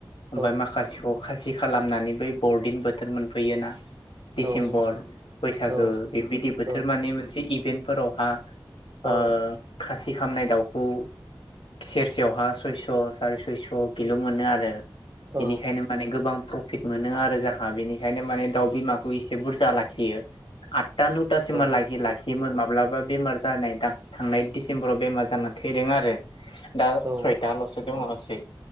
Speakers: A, on the right; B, on the left.
A: औ
B: ओमफाय माखासेखौ खासि खालामनानै बै बरदिन बोथोर मोनफैयोना? डिसेम्बर
A: औ नंगौ
B: बैसागो
A: औ
B: बेबिदि बोथोर
A: औ
B: माने मोनसे इ बेन्टफोरावहा
A: औ
B: ओ खासि खामनाय दाउखौ सेरसेयावहा सयस' साराय सयस' किल' मोनो आरो।
A: औ। औ
B: बेनिखायनो गोबां प्रफिट मोनो आरो जाहा बिनि खायनो माने दाउ बिमाखौ इसे बुरजा जा लाखियो आथ था नौथा सिमहा
A: औ औ।
B: लागि लाखि योमोन माब्लाबा बेमार जानाय दां थांनाय डिसेम्बराव बेमार जानानै थैदों आरो। दा
A: औ
B: सयता ल'सो। <unintelligible>